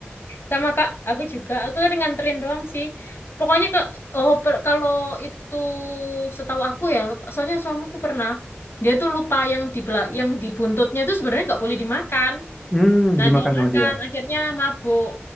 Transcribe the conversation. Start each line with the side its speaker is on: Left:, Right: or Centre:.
Left: sama kak. Aku juga. Aku kan nganterin doang sih. Pokoknya ke, oh per- kalau itu setahu aku ya. Soalnya suamiku pernah dia tuh lupa yang di bela- yang di buntutnya itu sebenarnya nggak boleh dimakan.
Centre: Hmm,
Left: Nah
Centre: dimakan
Left: dia
Centre: sama
Left: makan,
Centre: dia.
Left: akhirnya mabuk,